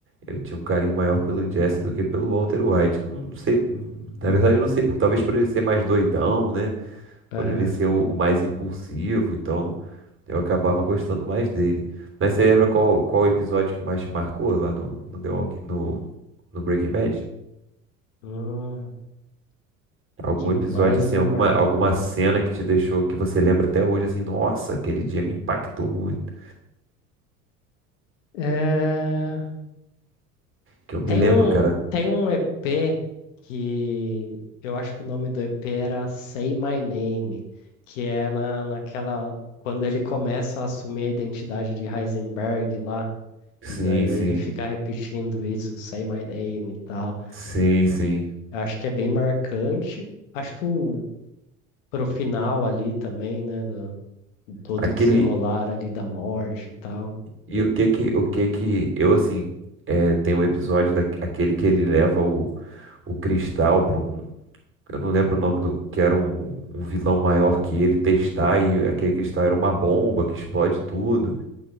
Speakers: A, on the right; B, on the left.
A: eu tinha um carinho maior pelo Jazz do que pelo Walter White. Não sei, na verdade eu não sei, por- talvez por ele ser mais doidão, né?
B: Aham.
A: Por ele ser o, o mais impulsivo, então eu acabava gostando mais dele. Mas você lembra qual, qual episódio que mais te marcou lá no, no The Walking, no, no Breaking Bad?
B: Hum,
A: Algum
B: que mais
A: episódio assim,
B: me
A: alguma,
B: marcou?
A: alguma cena que te deixou, que você lembra até hoje assim, nossa, aquele dia me impactou muito.
B: É...
A: Que eu me
B: Tem
A: lembro,
B: um,
A: cara.
B: tem um EP que eu acho que o nome do EP era Say My Name, que é na, naquela. Quando ele começa a assumir a identidade de Heisenberg lá,
A: Sim,
B: e daí
A: sim.
B: ele fica repetindo isso, Say My Name e tal.
A: Sim, sim.
B: Eu acho que é bem marcante. Acho que o, pro final ali também, né? Do, todo
A: Aquele,
B: o desenrolar ali da morte e tal.
A: E o que que, o que que, eu assim, é, tem um episódio daquele que ele leva o, o cristal para um, eu não lembro o nome do, que era um, um vilão maior que ele testar e aquele cristal era uma bomba que explode tudo.